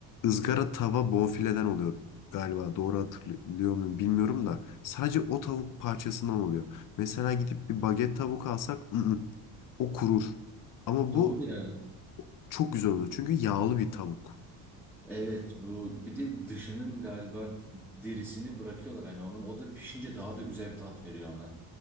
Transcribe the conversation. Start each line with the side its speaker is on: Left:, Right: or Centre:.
Left: ızgara tava bonfileden oluyor galiba. Doğru hatırlıyor muyum bilmiyorum da. Sadece o tavuk parçasından oluyor. Mesela gidip bir baget tavuk alsak ı-ı, o kurur. Ama
Centre: Doğru
Left: bu
Centre: ya.
Left: çok güzel oluyor. Çünkü yağlı bir tavuk.
Centre: Evet bu bir de dışının galiba derisini bırakıyorlar hani onun o da pişince daha da güzel bir tat veriyor ona.